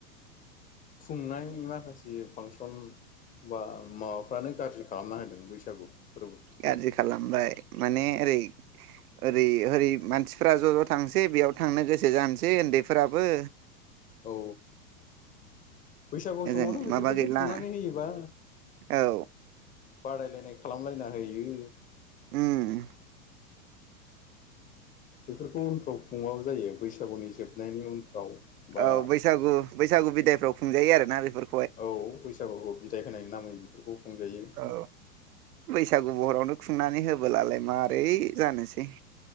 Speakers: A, on the left; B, on the right.
A: खुंनायनि माखासे फांसन बा माबाफ्रानो गाज्रि खालामना होदों बैसागु फोरबोफोरखौ
B: गाज्रि खालामबाय माने ओरै ओरै ओरै मानसिफ्रा ज' ज' थांसै बेयाव थांनो गोसो जानोसै उन्दैफोराबो
A: औ बैसागु
B: ओजों
A: समावनो बेफोरखौसो
B: माबा गैला
A: खुंनानै होयोबा
B: औ
A: बादायलायनाय खालामलायना होयो
B: ओम
A: बेफोरखौ उनफ्राव खुङाबो जायो बैसागुनि जोबनायनि उनफ्राव बा
B: औ बैसागु बैसागु बिदायफ्राव खुंजायो आरोना बेफोरखौ
A: औ बैसागुखौ बिदाय होनायनि नामै बेफोरखौ खुंजायो
B: औ बैसागु बहरावनो खुंनानै होबोलालाय मारै जानोसै